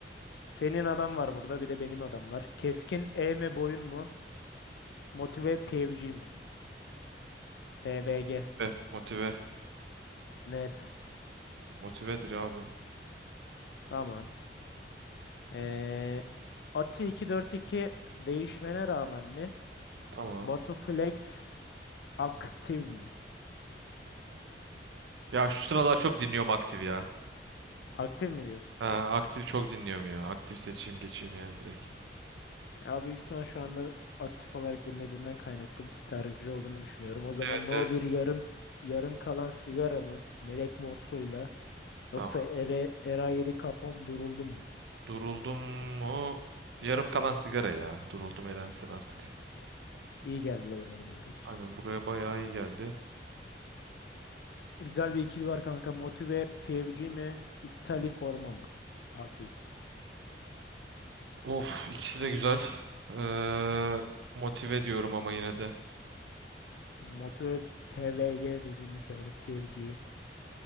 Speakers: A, on the left (about 70°); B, on the right (about 85°).
A: Senin adam var burada bir de benim adam var. Keskin E mi boyun mu? Motive PVG mi? PVG.
B: sebebi. Motive.
A: Net.
B: Motivedir abi.
A: Tamam. Ee, Ati 242 değişmene rağmen mi?
B: Tamam.
A: Batuflex aktif mi?
B: Ya şu sıralar çok dinliyorum aktif ya.
A: Aktif mi diyorsun?
B: Ha, aktif çok dinliyorum ya. Aktif seçeyim geçeyim yani direkt.
A: Ya büyük ihtimal şu anda aktif olarak dinlediğinden kaynaklı bir tercih olduğunu düşünüyorum. O zaman
B: Evet.
A: no bir yarım yarım kalan sigara mı? Melek Mosso'yla yoksa
B: Tamam.
A: Ere, Era 7 Capone duruldum mu?
B: Duruldum mu? Yarım kalan sigara ya. Duruldum elensin artık.
A: İyi geldi oraya diyoruz.
B: Aynen buraya bayağı iyi geldi.
A: Güzel bir ikili var kanka. Motive PVG mi? İttali forma mı? Ati.
B: Of ikisi de güzel. Ee, motive diyorum ama yine de.
A: Motive PVG dediğimiz yani PVG.